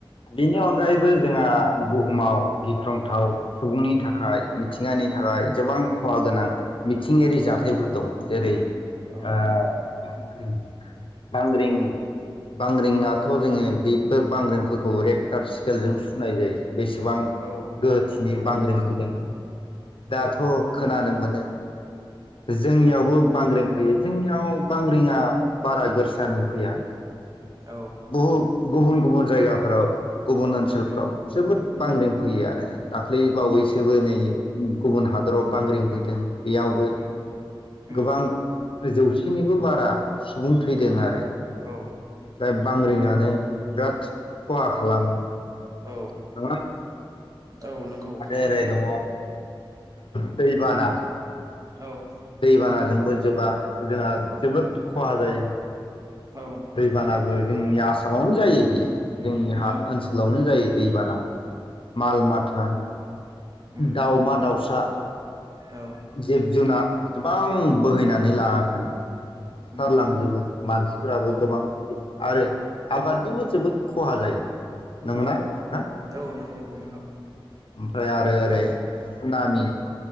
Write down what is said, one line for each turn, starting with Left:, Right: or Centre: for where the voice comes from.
Left: बेनि
Right: औ
Left: अनगायैबो जोंहा बुहुमाव गिख्रंथाव सुबुंनि थाखाय मिथिंगानि थाखाय गोबां खहा गोनां मिथिंगायारि जाथायफोर दङ। जेरै ओ
Right: औ
Left: बांग्रिं बांग्रिं,
Right: औ
Left: बांग्रिंङाथ' जोङो बेफोर बांग्रिंफोरखौ रेकटा सकेलजों सुनाय जायो बेसेबां
Right: औ
Left: गोहो थिनि बांग्रिं फैगोन । दाथ'
Right: औ
Left: खोनानो मोननो । जोंनियाव बो बांग्रिं फैयो जोंनियाव बांग्रिं आ बारा गोसानि फैया ।
Right: औ
Left: बुहु गुबुन गुबुन जायगाफ्राव गुबुन ओनसोलफ्राव
Right: उम
Left: जोबोद । बांग्रि फैयो आरो। दाख्लै बावैसोबो
Right: औ
Left: नै गुबुन हादोराव बांग्रिं फैदों। बेयावबो
Right: उम उम
Left: गोबां । जौसेनिबो बारा सुबुं थैदों आरो ।
Right: औ
Left: दा बांग्रिं आनो बिराद खहा खालामो । <unintelligible>
Right: औ
Left: आरो
Right: औ नंगौ
Left: ओरै दङ । ओ दैबाना!
Right: औ
Left: दैबानाजोंबो जोंहा जोबोद खहा जायो ।
Right: औ
Left: दैै बाना बो जोंनि आसा आसामावनो जायो
Right: उम
Left: बियो
Right: उम
Left: जोंनि हा
Right: औ
Left: ओनसोलावनो जायो। दैबाना। माल
Right: औ
Left: माथा
Right: उम
Left: दावमा दाउसा।
Right: औ
Left: जिब जुनार गोबां
Right: उम
Left: बोहैनानै लाना‌ थाङो। बुथारलांजोबो
Right: उम
Left: मानसि। फोराबो
Right: औ
Left: गोबां आरो आबादनिबो जोबोद खहा जायो। नंगौना
Right: औ
Left: नोंथां
Right: औ नंगौ नोंथां।
Left: ओमफ्राय आरो ओरै सुनामि।